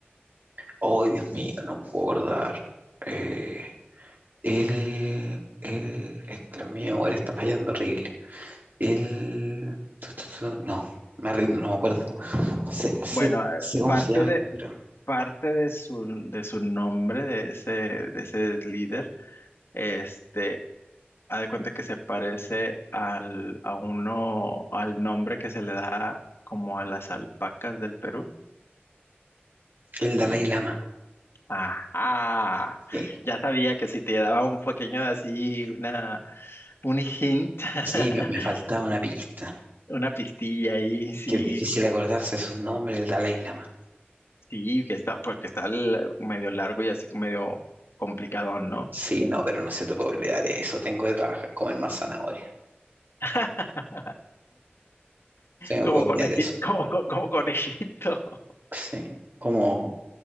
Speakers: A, on the right; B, on the left.
A: Oh, Dios mío, no me puedo acordar. Eh, él, él, este, mi memoria está fallando horrible. Él, tu, tu, tu, no, me rindo, no me acuerdo. Sé, sé,
B: Bueno, eh,
A: sé cómo
B: parte
A: se llama,
B: de,
A: pero
B: parte de su, de su nombre, de ese, de ese líder, este, haz de cuenta que se parece al, a uno, al nombre que se le da como a las alpacas del Perú.
A: el Dalai Lama.
B: Ajá,
A: Sí,
B: ya sabía que si te daba un pequeño de así, una, un hint, <laughs>
A: sí, me, me faltaba una pista.
B: una pistilla ahí, sí.
A: Que es difícil acordarse esos nombres, el Dalai Lama.
B: Sí, que está, porque está l- medio largo y así medio complicadón, ¿no?
A: Sí, no, pero no se te puede olvidar eso. Tengo que trabajar, comer más zanahoria.
B: <laughs>
A: Se me
B: Como
A: puede
B: conejito,
A: olvidar eso.
B: como, co- como conejito, <laughs>
A: Sí, como,